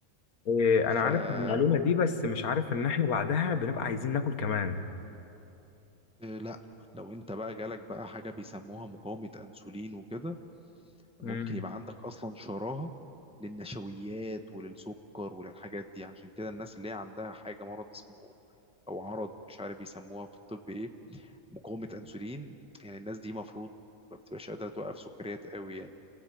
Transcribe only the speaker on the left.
إيه،
انا عارف
المعلومه دي بس مش عارف ان احنا بعدها بنبقى عايزين ناكل كمان
امم